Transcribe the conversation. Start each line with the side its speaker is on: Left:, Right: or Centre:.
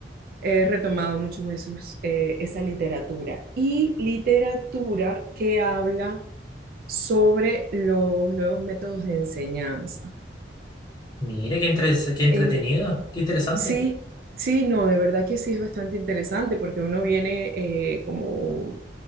Right: he retomado mucho esos, eh, esa literatura y literatura que habla sobre los nuevos métodos de enseñanza.
Left: Mira, qué, entre qué entretenido,
Right: En,
Left: qué interesante.
Right: sí, sí, no, de verdad que sí es bastante interesante porque uno viene eh, como,